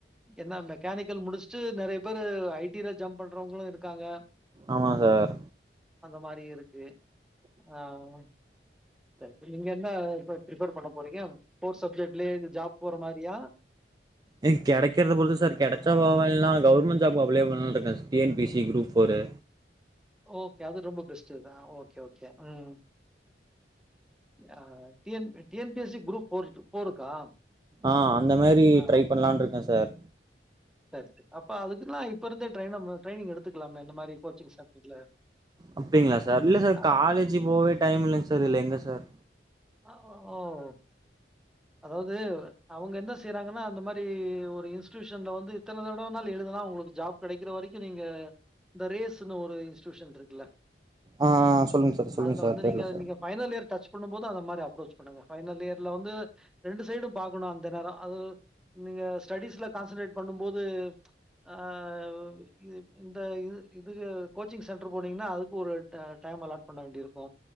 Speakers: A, in the centre; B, on the right.
A: என்ன மெக்கானிக்கல் முடிச்சுட்டு நெறைய பேரு ஐ டி ல ஜம்ப் பண்றவங்களு இருக்காங்க
B: ஆமா சார்
A: அந்த மாரி இருக்கு ஆமா செர் செரி நீங்க என்ன இப்ப பிரிபர் பண்ண போறீங்க கோர்ஸ் சப்ஜெக்ட்லயே ஜாப் போற மாரியா
B: எங் கெடைக்கிறத பொறுத்து சார் கெடச்சா பாப்போ இல்லனா கவர்மெண்ட் ஜாப்க்கு அப்ளை பண்லானு இருக்கே T N P C group four
A: okay அது ரொம்ப பெஸ்ட்டுதா ஓகே ஓகே ம் ம் ஆ T N T N P S C group four ஃபோருக்கா
B: ஆ அந்த மெரி
A: ஆ
B: ட்ரை பண்ணலான்னு இருக்கே சார்
A: சரி சரி அப்ப அதுக்குல்லா இப்ப இருந்தே ட்ரைன ட்ரைனிங் எடுத்துக்கலாமே இந்த மாரி கோச்சிங் சென்டர்ல
B: அப்டிங்களா சார் இல்ல சார்
A: அதா
B: காலேஜ்ஜீ போவே டைம் இல்லைங்க சார் இதுல எங்க சார்
A: அஅ ஓ அதாவ்து அவ்ங்க என்ன செய்றாங்கன்னா அந்த மாரி ஒரு இன்ஸ்ட்டியூஷன்ல வந்து இத்தன தடவ நால் எழுதலா உங்ளுக்கு ஜாப் கெடைக்கிற வரைக்கு நீங்க இந்த ரேஸ்ன்னு ஒரு இன்ஸ்டூஷன் இருக்குல்ல
B: ஆ
A: அ
B: சொல்லுங்க சார் சொல்லுங்க
A: அதுல
B: சார்
A: வந்து
B: தெர்ல
A: நீங்க
B: சார்
A: நீங்க ஃபைனல் இயர் டச் புன்னும்போது அந்த மாரி அப்ரோச் பண்ணுங்க ஃபைனல் இயர்ல வந்து ரெண்டு சைடு பாக்கணு அந்த நேரோ அது நீங்க ஸ்டடிஸ்ல கான்சன்ரேட் பண்ணும் போது அ ஓய் இது இந்த இது இதுக்கு கோச்சிங் சென்டர் போனீங்குன்னா அதுக்கு ஒரு ட டைம் அலாட் பண்ண வேண்டிர்க்கு